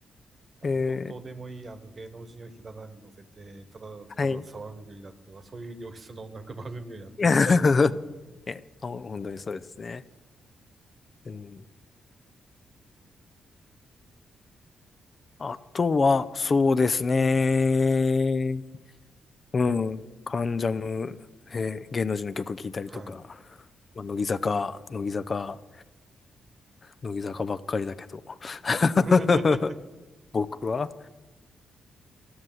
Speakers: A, on the right; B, on the left.
A: あの、
B: えー
A: ど、どうでもいい、あの、芸能人をひな壇に乗せて、ただただ騒ぐよりだったら、
B: はい。
A: そういう良質の音楽番組をやってほしいな。
B: <laughs> え、あ本当にそうですね。うん、あとは、そうですね。うん。カンジャムね、えー芸能人の曲聴いたりとか、
A: はい。
B: まあ、乃木坂、乃木坂、乃木坂ばっかりだけど。<laughs>
A: <laughs>
B: 僕は